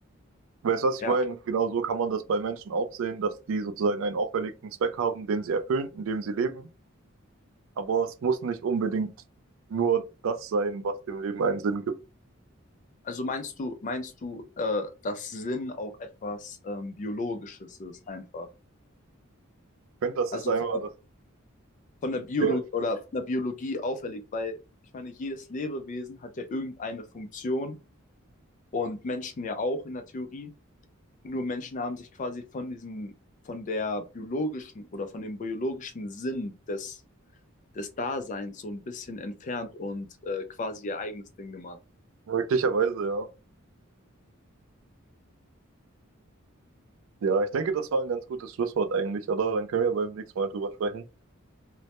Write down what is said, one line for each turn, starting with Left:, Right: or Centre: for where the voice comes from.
Right: Weißt du, was ich
Left: ja,
Right: meine? Genau so kann man das bei Menschen auch sehen, dass die sozusagen einen auferlegten Zweck haben, den sie erfüllen, in dem sie leben. Aber es muss nicht unbedingt nur das sein, was dem Leben einen Sinn gibt.
Left: Also meinst du, meinst du, äh, dass Sinn auch etwas ähm, Biologisches ist einfach?
Right: Ich finde, das
Left: Also
Right: ist einmal
Left: von,
Right: das.
Left: von der Biolo
Right: Ja,
Left: oder von der Biologie auferlegt, weil ich meine, jedes Lebewesen hat ja irgendeine Funktion und Menschen ja auch in der Theorie. Nur Menschen haben sich quasi von diesem, von der biologischen oder von dem biologischen Sinn des, des Daseins so ein bisschen entfernt und äh, quasi ihr eigenes Ding gemacht.
Right: möglicherweise, ja. Ja, ich denke, das war ein ganz gutes Schlusswort eigentlich, oder? Dann können wir beim nächsten Mal drüber sprechen.